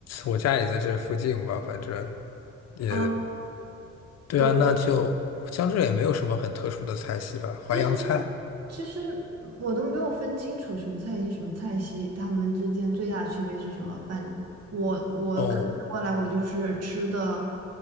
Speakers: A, on the left (about 55°); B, on the right (about 55°).
A: 我家也在这附近吧，反正也
B: 嗯、
A: 对啊，
B: 对，
A: 那就江浙也没有什么很特殊的菜系吧，淮扬菜
B: 其实其实我都没有分清楚什么菜系什么菜系，它们之间最大的区别是什么？反我我感觉过来，
A: 哦，
B: 我就是吃的